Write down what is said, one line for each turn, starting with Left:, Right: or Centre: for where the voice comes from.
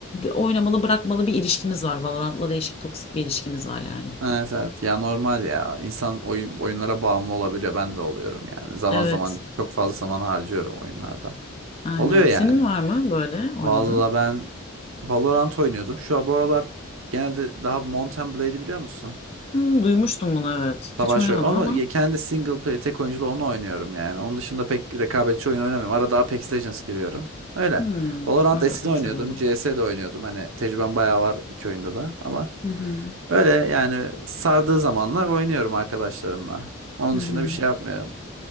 Left: oynamalı bırakmalı bir ilişkimiz var. Valorant'la değişik toksik bir ilişkimiz var yani.
Right: Evet evet. Ya normal ya. İnsan oyun, oyunlara bağımlı olabiliyor. Ben de oluyorum yani. Zaman
Left: Evet.
Right: zaman çok fazla zaman harcıyorum oyunlarda.
Left: Aynen.
Right: Oluyor yani.
Left: Senin var mı böyle oynadığın?
Right: Vallahi ben Valorant oynuyordum. Şu an bu aralar genelde daha Mount and Blade'i biliyor musun?
Left: Hmm, duymuştum bunu evet. Hiç
Right: Savaş
Left: oynamadım
Right: oyunu. Onu
Left: ama.
Right: kendi single play tek oyunculu onu oynuyorum yani. Onun dışında pek rekabetçi oyun oynamıyorum. Arada Apex Legends giriyorum. Öyle.
Left: Hmm,
Right: Valorant
Left: evet
Right: eskiden
Left: Apex'te
Right: oynuyordum.
Left: duydum.
Right: CS de oynuyordum. Hani tecrübem bayağı var iki oyunda da ama
Left: Hı hı.
Right: öyle yani sardığı zamanlar oynuyorum arkadaşlarımla. Onun
Left: Hı
Right: dışında
Left: hı.
Right: bir şey yapmıyorum.